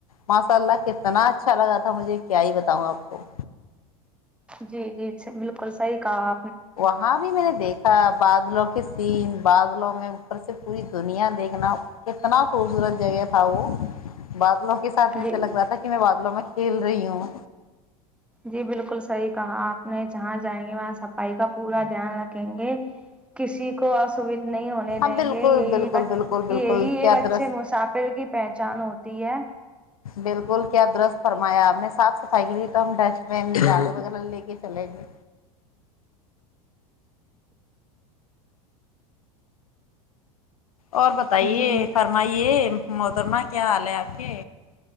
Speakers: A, on the left; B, in the centre.
A: ماشاء اللہ کتنا اچھا لگا تھا مجھے کیا ہی بتاؤں آپ کو
B: جی جی بالکل صحیح کہاں
A: وہاں بھی میں نے دیکھا بادلوں سین بادلوں میں اوپر سے پوری دنیا دیکھنا کتنا خوبصورت جگہ تھا وہ بات بوں کے سات ایسے
B: جی
A: لگ رہا تھا کہ میں بادلوں میں کھیل رہی ہوں
B: جی بالکل صحیح کہا آپ نے جہاں جائیں گے وہاں صفائی کا پورا دھیان رکھیں گے کسی اسوھ نہیں ہونے
A: ہاں
B: دیں
A: بالکل
B: گے یہی
A: بالکل بالکل بالکل
B: یہی
A: کیا
B: ایک اچھے
A: درست
B: مسافل کی پہچھان ہوتی ہے
A: بالکل کیا درست فرمایا آپ نے صاف صفائی کے لیے تو ہم ڈسٹ بین جھاڑو وغیرہ لے کے چلیں گے اور بتائیے
B: جی
A: فرمائیے محترمہ کیا حال ہے آپ کے